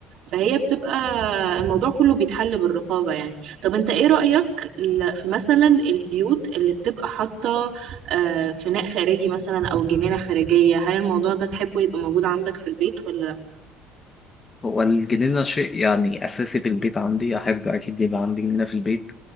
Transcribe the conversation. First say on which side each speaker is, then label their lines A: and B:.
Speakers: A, on the right; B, on the left.
A: فهي بتبقى الموضوع كله بيتحل بالرقابة يعني طب انت ايه رأيك ل- في مثلا البيوت اللي بتبقى حاطة آه، فناء خارجي مثلا او جنينة خارجية هل الموضوع ده تحبه يبقى موجود عندك في البيت ولا
B: هو الجنينة شيء يعني أساسي في البيت عندي أحب أكيد يبقى عندي جنينة في البيت